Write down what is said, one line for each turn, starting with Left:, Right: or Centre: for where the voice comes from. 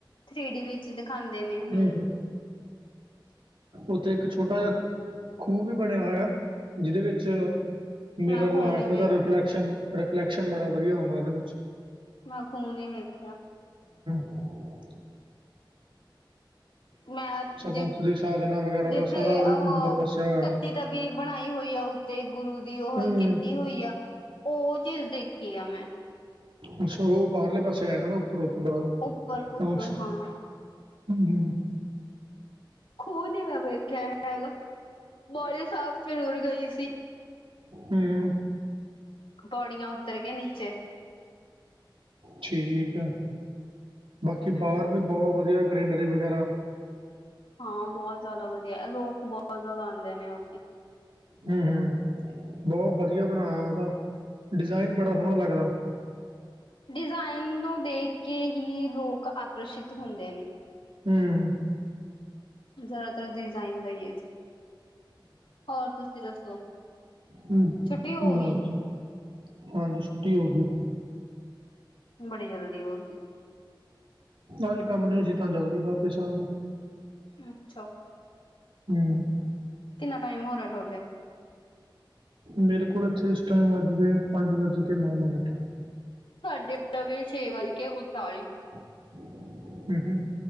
Left: ਥ੍ਰੀ ਡੀ ਵਿੱਚ ਦਿਖਾਉਂਦੇ ਨੇ।
Right: ਹੂੰ
Left: ਹਮ
Right: ਹੂੰ ਉੱਥੇ ਇੱਕ ਛੋਟਾ ਜਿਹਾ ਖੂਹ ਵੀ ਬਣਿਆ ਹੋਇਆ ।ਜਿਹਦੇ ਵਿੱਚ ਮਿਰਰ
Left: ਮੈਂ ਖੂਨ
Right: ਲਾ
Left: ਈ
Right: ਕੇ
Left: ਵੇਖਿਆ
Right: ਉਹਦਾ ਰਿਫਲੈਕਸ਼ਨ, ਰਿਫਲੈਕਸ਼ਨ ਬੜਾ ਵਧੀਆ ਆਉਂਦਾ। ਉਹਦੇ ਵਿੱਚ
Left: ਮੈਂ ਖ਼ੂਹ ਨੀ ਵੇਖਿਆ।
Right: ਹ <inaudible>
Left: ਮੈਂ ਜਿ
Right: ਪੰਥ ਦੀ ਸਾਜਨਾ ਵਗੈਰਾ
Left: ਜਿੱਥੇ
Right: ਦਾ ਸਾਰਾ ਉਹਦੇ
Left: ਉਹ
Right: ਅੰਦਰ ਦੱਸਿਆ ਹੋਇਆ
Left: ਤਤੀ ਤਵੀ ਬਣਾਈ। ਹੋਈ ਆ ਉੱਤੇ ਗੁਰੂ ਦੀ ਉਹੋ
Right: ਹੂੰ
Left: ਕੀਤੀ ਹੋਈ ਆ। ਉਹ ਚੀਜ਼ ਦੇਖੀ ਆ ਮੈਂ
Right: ਅੱਛਾ। ਉਹ ਬਾਹਰਲੇ ਪਾਸੇ ਆਇ ਦਾ ਨਾ ਉੱਪਰੋਂ ਬਾਹਰ
Left: ਉੱਪਰ ਉੱਪਰ
Right: ਹਮ -ਹਮ।
Left: ਹਾਂ ਖੂਹ ਨੀ ਮੈਂ ਵੇਖਿਆ ਹੈਗਾ। ਬਉਲੀ ਸਾਹਿਬ ਜ਼ਰੂਰ ਗਈ ਸੀ।
Right: ਹਮ।
Left: ਪੌੜੀਆਂ ਉੱਤਰ ਕੇ ਨੀਚੇ
Right: ਠੀਕ ਆ। ਬਾਕੀ
Left: ਹਮ
Right: ਬਾਹਰ ਵੀ ਬਹੁਤ ਵਧੀਆ। ਗਰੀਨਰੀ ਵਗੈਰਾ
Left: ਹਾਂ ਬਹੁਤ ਜ਼ਿਆਦਾ ਵਧੀਆ। ਲੋਕ ਬਹੁਤ ਜ਼ਿਆਦਾ ਆਉਂਦੇ ਨੇ ਉੱਥੇ
Right: ਹਮ- ਹਮ । ਬਹੁਤ ਵਧੀਆ ਬਣਾਇਆ ਹੈਗਾ। ਡਿਜ਼ਾਇਨ ਬੜਾ ਸੋਹਣਾ ਲੱਗਦਾ।
Left: ਡਿਜ਼ਾਇਨ ਨੂੰ ਦੇਖ ਕੇ ਹੀ ਲੋਕ ਆ। ਆਕਰਸ਼ਿਤ ਹੁੰਦੇ ਨੇ।
Right: ਹੂੰ
Left: ਜ਼ਿਆਦਾਤਰ ਡਿਜ਼ਾਇਨ ਲਈਏ। ਹੋਰ ਤੁਸੀਂ ਦੱਸੋ
Right: ਹੂੰ
Left: ਛੁੱਟੀ ਹੋ
Right: ਬਾਕੀ
Left: ਗਈ।
Right: ਹਾਂਜੀ। ਛੁੱਟੀ ਹੋ ਗਈ।
Left: ਬੜੀ ਜਲਦੀ ਹੋਊਗੀ।
Right: ਅੱਜ ਕੰਮ ਨਹੀਂ ਸੀ ਤਾਂ ਜਲਦੀ ਵਾਪਿਸ ਆ ਗਏ।
Left: ਅੱਛਾ।
Right: ਹਮ ।
Left: ਕਿੰਨਾ ਟਾਈਮ ਹੋ ਰਿਹਾ ਤੁਹਾਡੇ?
Right: ਮੇਰੇ ਕੋਲੋਂ ਐਥੇ ਟਾਈਮ ਵੱਜ ਗਏ ਪੰਜ ਵੱਜ ਕੇ ਨੌ ਮਿੰਟ।
Left: ਸਾਡੇ ਸਵੇ ਛੇ ਵੱਜ ਕੇ ਉਨਤਾਲੀ‌ ਮਿੰਟ।
Right: ਹਮ- ਹਮ ।